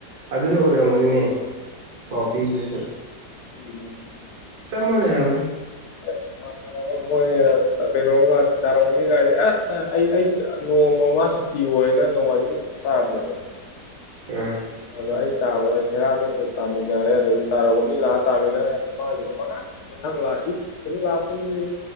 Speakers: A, on the right; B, on the left.
A: ꯑꯗꯨꯅ ꯑꯣꯏꯔꯝꯒꯅꯤꯅꯦ ꯄꯥꯎ ꯄꯤꯕꯗꯁꯨ
B: ꯎꯝ
A: ꯃꯅꯦꯔꯎꯅꯤ
B: ꯑꯁꯨꯃꯥꯏꯅ ꯃꯣꯏ ꯀꯩꯅꯣꯝꯒꯗꯤ ꯇꯥꯔꯛꯑꯅꯤꯒꯥꯏꯗꯤ ꯑꯁ ꯑꯩ ꯑꯩ ꯅꯣꯡꯃ ꯃꯥ ꯁꯨꯇꯤ ꯑꯣꯏꯅ ꯅꯣꯡꯃꯥꯏꯖꯤꯡ ꯅꯨꯃꯤꯠ ꯇꯥꯔꯝꯃꯦꯕ
A: ꯎꯝ
B: ꯑꯗ ꯑꯩ ꯇꯥꯕꯗ ꯍꯦꯔꯥꯆꯟꯗ ꯇꯥꯃꯤꯟꯅꯔꯦ ꯑꯗꯩꯗꯤ ꯇꯥꯔꯨꯒꯨꯃꯅꯤ ꯂꯥꯛꯑ ꯇꯥꯃꯤꯟꯅꯔꯦ ꯃꯥꯁꯨ ꯑꯁ ꯃꯊꯪ ꯂꯥꯠꯁꯋꯤꯛꯁꯨꯃꯨꯛ ꯂꯥꯛꯇꯣꯏꯅꯤꯅꯦ